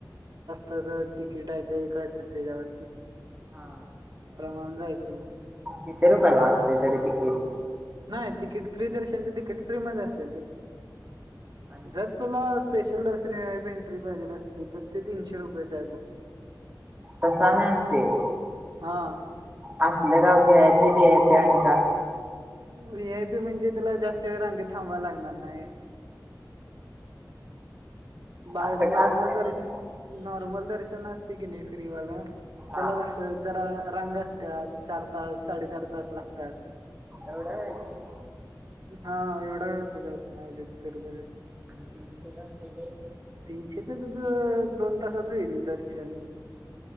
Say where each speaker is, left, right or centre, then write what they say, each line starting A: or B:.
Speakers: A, on the right; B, on the right.
A: तस तिकिट आहे ते कळते त्याच्यावरती.
B: हा.
A: <unintelligible> जायचं मग.
B: किती रुपयाला असते, तरी तिकीट?
A: नाही तिकीट फ्री दर्शनच तिकीट फ्री मध्ये असतंय ते,
B: आणि
A: जर तुला स्पेशल दर्शन वि आय पी एंट्री पाहिजे असली तर ते तीनशे रुपयाच आहे बघ.
B: तसं‌ आणि असतंय.
A: हा
B: असलं काय V I P B I P आणि का
A: वी आय पी म्हणजे तुला जास्त वेळ रांगेत थांबाय लागणार नाही. <inaudible> बा
B: असं का
A: नॉर्मल
B: असते मग
A: दर्शन नॉर्मल दर्शन असते की नाही फ्रीवालं‌ त्याला
B: हा
A: कसं जरा रांग असत्यात, चार तास साडेचार तास लागतात.
B: एवढा उशीर.
A: हा एवढा वेळ होतो दर्शनाला तिथं तिरुपतीत.
B: आणि तीनशेला असते ते?
A: तीनशेचच दोन तासात होईल दर्शन.